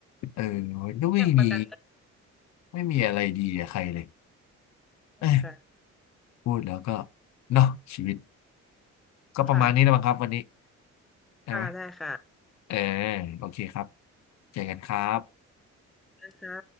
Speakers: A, on the left (about 65°); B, in the centre.
A: เออมันก็ไม่มี
B: เรื่องประกัน
A: ไม่มีอะไรดีกับใครเลย
B: ได้ค่ะ
A: เอ้ยพูดแล้วก็เนาะชีวิตก็ประมาณนี้แล้วมั้งครับวันนี้
B: ค่ะ
A: ใช่ไหม
B: ค่ะได้ค่ะ
A: เออโอเคครับเจอกันครับ
B: นะคะ